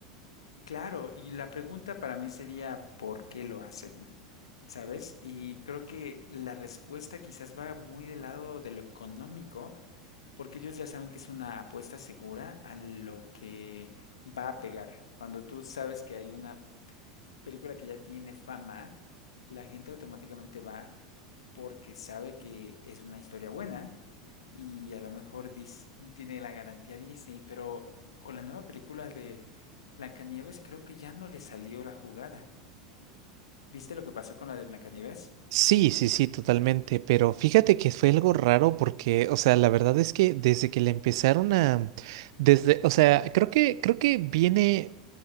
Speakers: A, on the left; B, on the right.
A: Claro, y la pregunta para mí sería, ¿por qué lo hacen? ¿Sabes? Y creo que la respuesta quizás va muy del lado de lo económico, porque ellos ya saben que es una apuesta segura a lo que va a pegar. Cuando tú sabes que hay una película que ya tiene fama, la gente automáticamente va porque sabe que es una historia buena y a lo mejor dis- tiene la garantía Disney, pero con la nueva película de Blancanieves creo que ya no le salió la jugada. ¿Viste lo que pasó con la de Blancanieves?
B: Sí, sí, sí, totalmente, pero fíjate que fue algo raro porque, o sea, la verdad es que desde que le empezaron a, desde, o sea, creo que, creo que viene